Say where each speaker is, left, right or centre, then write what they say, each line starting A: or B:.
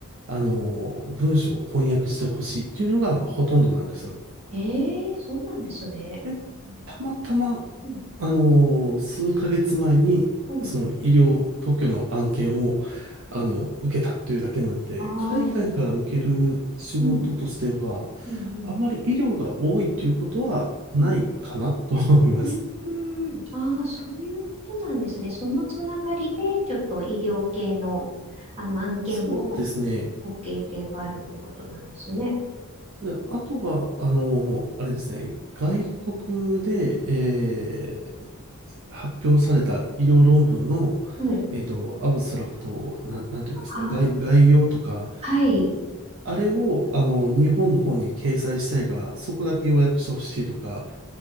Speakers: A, on the right; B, on the right.
A: あの、文章を翻訳してほしいっていうのがほとんどなんですよ。
B: ええそうなんですね。
A: で、
B: う
A: たまたま、
B: ん。
A: あのー数ヶ月前に、
B: うん。
A: その医療特許の案件を、あの、受けたっていうだけなので、
B: ああ、
A: 海外から受ける仕事としては、
B: うん。うんうん。
A: あまり医療が多いっていうことはないかなと思います。
B: うん。うーん。ああ、そういうことなんですね。そのつながりで、ちょっと医療系の、あの案件も
A: そうですね。
B: ご経験があるってことなんですね。
A: で、あとは、あの、あれですね、外国で、えー発表された医療論文の、
B: はい。
A: えっと、アブストラクトを、なん、なんていうんですか、
B: ああ、
A: 概、概要とか、
B: はい。
A: あれを、あの、日本の方に掲載したいから、そこだけ要約してほしいとか、